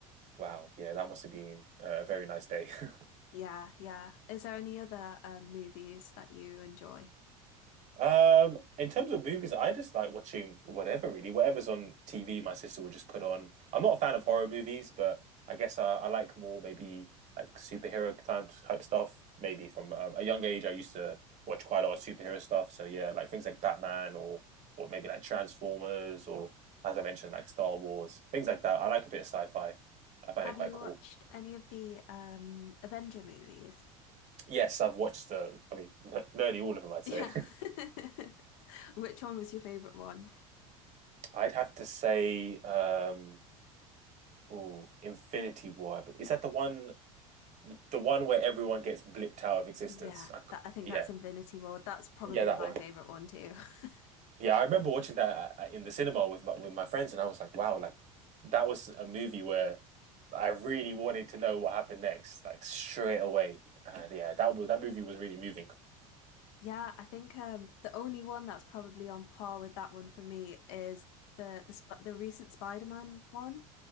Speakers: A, on the right; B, on the left.
A: wow, yeah, that must have been uh, a very nice day. <laughs>
B: Yeah, yeah. Is there any other um, movies that you enjoy?
A: Um, in terms of movies, I just like watching whatever really, whatever's on TV. My sister will just put on. I'm not a fan of horror movies, but I guess I, I like more maybe like superhero type type stuff. Maybe from um, a young age, I used to watch quite a lot of superhero stuff. So yeah, like things like Batman or or maybe like Transformers or as I mentioned, like Star Wars, things like that. I like a bit of sci-fi. I find
B: Have
A: it quite
B: you
A: cool.
B: watched any of the um Avenger movies?
A: Yes, I've watched uh, I mean, <laughs> n- nearly all of them, I'd
B: Yeah.
A: say.
B: <laughs> Which one was your favorite one?
A: <laughs> I'd have to say, um, Oh, Infinity War. Is that the one the one where everyone gets blipped out of existence?
B: Yeah,
A: I c
B: that I think
A: yeah.
B: that's Infinity War. That's probably
A: Yeah, that
B: my
A: one.
B: favorite one too. <laughs>
A: Yeah, I remember watching that uh, uh, in the cinema with my with my friends and I was like, wow, like that was a movie where I really wanted to know what happened next, like straight away. And yeah, that was that movie was really moving.
B: Yeah, I think um the only one that's probably on par with that one for me is the the sp the recent Spider-Man one